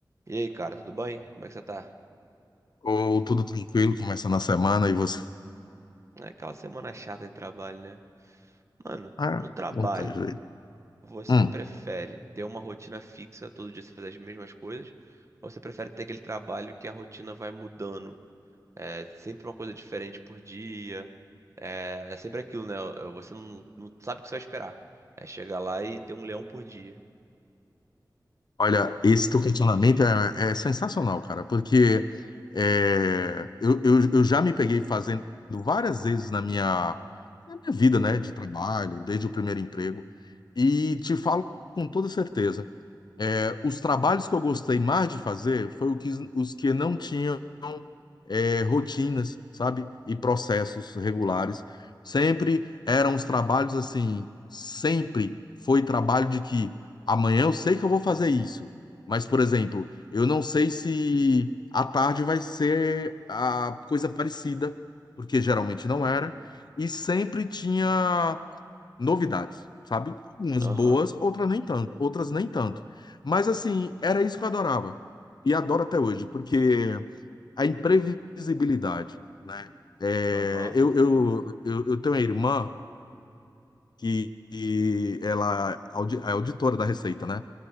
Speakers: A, on the right; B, on the left.
A: E aí, cara, tudo bem? Como é que você tá?
B: Ou tudo tranquilo, começando a semana e você?
A: É aquela semana chata de trabalho, né? Mano,
B: Ah,
A: no trabalho,
B: não tem jeito.
A: você
B: Hum.
A: prefere ter uma rotina fixa, todo dia você fazer as mesmas coisas, ou você prefere ter aquele trabalho que a rotina vai mudando? É sempre uma coisa diferente por dia, é, é sempre aquilo, né? Você não, não sabe o que você vai esperar. É chegar lá e ter um leão por dia.
B: Olha, esse teu questionamento é, é sensacional, cara, porque é, eu, eu, eu já me peguei fazendo várias vezes na minha, na minha vida, né, de trabalho, desde o primeiro emprego, e te falo com toda certeza. É, os trabalhos que eu gostei mais de fazer foi o que, os que não tinham é, rotinas, sabe? E processos regulares. Sempre eram os trabalhos assim, sempre foi trabalho de que amanhã eu sei que eu vou fazer isso, mas, por exemplo, eu não sei se à tarde vai ser a coisa parecida, porque geralmente não era, e sempre tinha novidades, sabe? Umas
A: Aham,
B: boas, outras nem tanto, outras nem tanto. Mas assim, era isso que eu adorava. E adoro até hoje, porque a imprevisibilidade, né? É,
A: aham,
B: eu, eu, eu, eu tenho uma irmã que, que ela é audi- é auditora da Receita, né?